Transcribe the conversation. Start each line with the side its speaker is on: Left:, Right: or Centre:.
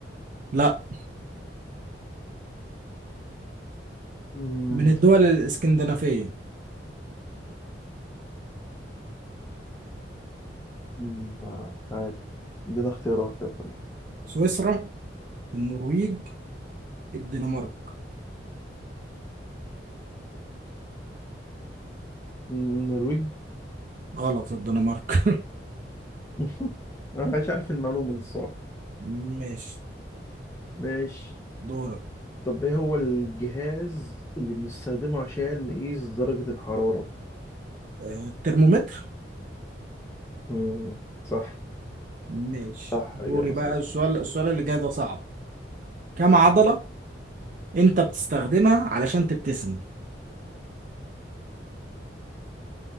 Right: لا
Left: مم،
Right: من الدول الاسكندنافية
Left: مم، ما مش عارف ادينا اختيارات طب.
Right: سويسرا النرويج الدنمارك
Left: مم، النرويج
Right: غلط الدنمارك
Left: <laughs> انا مش عارف المعلومة دي الصراحة
Right: <laughs> ماشي
Left: ماشي
Right: دورك
Left: طب ايه هو الجهاز اللي بنستخدمه عشان نقيس درجة الحرارة؟
Right: آه، الترمومتر
Left: مم. صح
Right: ماشي
Left: صح
Right: دوري
Left: إجابة
Right: بقى
Left: صحيحة
Right: السؤال السؤال اللي جاي ده صعب كم عضلة انت بتستخدمها علشان تبتسم